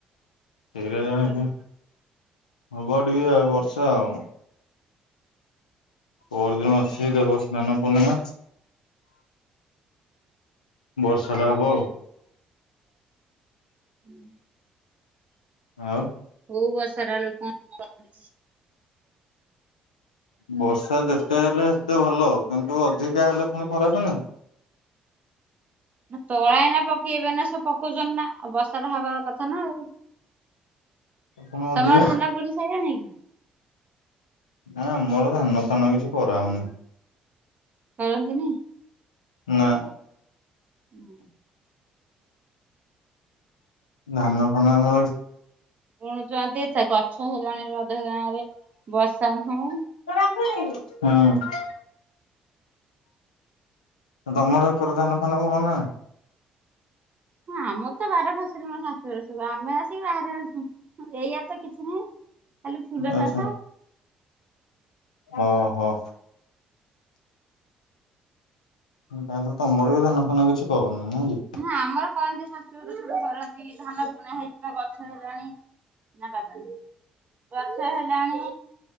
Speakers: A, on the left; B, on the right.
A: ସେଇଟା ଜାଣିକି
B: ଚାଶ ହଜାର
A: ହବ ଟିକେ ଆଉ ବର୍ଷା ଆଉ ପରଦିନ ଅଛି ଦେବ ସ୍ନାନ ପଣିଆ ବର୍ଷା ଦେ ହବ
B: ହୁଁ
A: ହଉ
B: ହୋ ବତ ସାରା ଲୋକଛି <inaudible>
A: ବର୍ଷା ଯେତେ ହେଲେ ସେତେ ଭଲ କିନ୍ତୁ ଅଧିକା ହେଲେ ପୁଣି ଖରାପ ନା
B: ତୋଳାଇନା ପକେଇବେ ନା ସବ ପକଉଛନ୍ତି ନା ଆଉ ବର୍ଷାଟା ହବା କଥା ନା ଆଉ
A: ପଣ
B: ତମର
A: ଦ
B: ଧାନ ବୁଣି ସାଇଲାଣି କି
A: ଆମର ଧାନ ଫାନ କିଛି କରାହଉନି
B: କରନ୍ତିନି
A: ନା
B: ହୁଁ
A: ଧାନ ଫାନ ମୂଳ
B: ଶୁଣୁଛନ୍ତି ତା ଗଛ ହେଲାଣି ରଧ ଗାଁ ରେ ବର୍ଷା ନୁହେଁ
A: ହୁଁ ତମରକର ଧାନ ଫାନ
B: ହ ଆମର ତ ବାର ଫସରେ ମ ଶାଶୁର ସବୁ ଆମେ ଆସିକି ବାହାରେ ଅଛୁ। ଏଇଆାର ତ କିଛି ନାହିଁ ଖାଲି
A: ନାଇଁ
B: ଫୁଲ
A: ଆଚ୍ଛା।
B: ଚାଷ।
A: ଓହୋ। ତାହେଲେ ତମର ବି ଧାନ ଫାନ କିଛି କରନି ନାଇଁ କି
B: ନା ଆମର କହନ୍ତି ଶାଶୁରୁ ସବୁ କରରନ୍ତି ଧାନ ବୁଣା ହେଇଯିବା ଗଛ ହେଲାଣି। ନା ବାବା। ଷ ହେଲାଣି